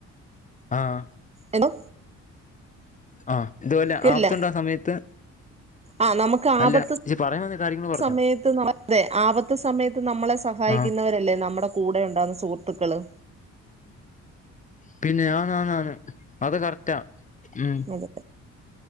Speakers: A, on the left (about 25°); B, on the right (about 20°).
A: ആഹ
B: എന്തോ
A: ആഹ് ഇതുപോലെ
B: കേട്ടില്ല
A: ആപത്തുണ്ട സമയത്ത്
B: ആ നമുക്ക് ആപത്ത്
A: അല്ല പറയാൻ വന്ന കാര്യങ്ങൾ പറഞ്ഞോ
B: സമയത്ത് അതെ ആപത്ത് സമയത്ത് നമ്മളെ സഹായിക്കുന്നവരല്ലേ
A: ആഹ്
B: നമ്മുടെ കൂടെ ഉണ്ടാകുന്ന സുഹൃത്തുക്കള്
A: പിന്നെ ആണാനാണ് അത് കറക്റ്റാ മ്
B: അതെ